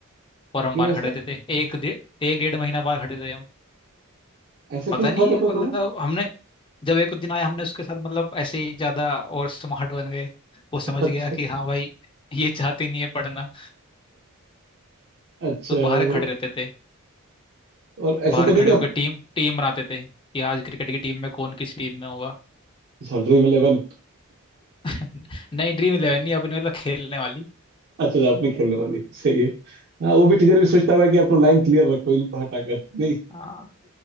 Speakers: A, on the left; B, on the right.
A: और हम
B: क्यों
A: बाहर
B: ऐसा
A: खड़े रहते थे एक डे एक डेढ़ महीना बाहर खड़े रहे हम
B: ऐसा
A: पता
B: क्यों खड़ा
A: नहीं
B: करता
A: मतलब
B: था वो?
A: हमने जब एक दिन आया हमने उसके साथ मतलब ऐसे ही ज्यादा और स्मार्ट बन गए वो समझ
B: <laughs> अच्छा
A: गया कि हाँ भाई ये चाहते नहीं है पढ़ना
B: अच्छा
A: तो बाहर
B: वो
A: खड़े रहते थे
B: और ऐसा
A: बाहर
B: तो नहीं
A: खड़े
B: कि आप
A: होकर टीम टीम बनाते थे कि आज क्रिकेट की टीम में कौन किस टीम में होगा
B: अच्छा ड्रीम इलेवन
A: <laughs> नई ड्रीम इलेवन नहीं अपनी मतलब खेलने वाली
B: अच्छा आपने खेलने वाली सही है हाँ वो भी टीचर भी सोचता होगा कि अपना लाइन क्लियर रखो इनको हटाकर नहीं
A: हाँ